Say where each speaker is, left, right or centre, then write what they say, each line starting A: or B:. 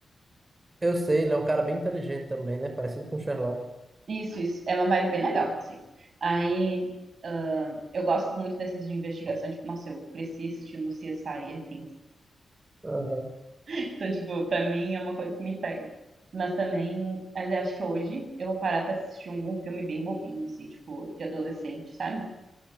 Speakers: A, on the right; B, on the right.
A: Eu sei, ele é um cara bem inteligente também, né? Parecido com o Sherlock.
B: Isso, isso. É uma vibe bem legal, assim. Aí, ah, eu gosto muito dessas de investigação. Tipo, nossa, eu cresci assistindo CSI, enfim. <laughs>
A: Aham.
B: Então, tipo, pra mim é uma coisa que me pega. Mas também, mas eu acho que hoje eu vou parar pra assistir algum filme bem bobinho, assim, tipo, de adolescente, sabe?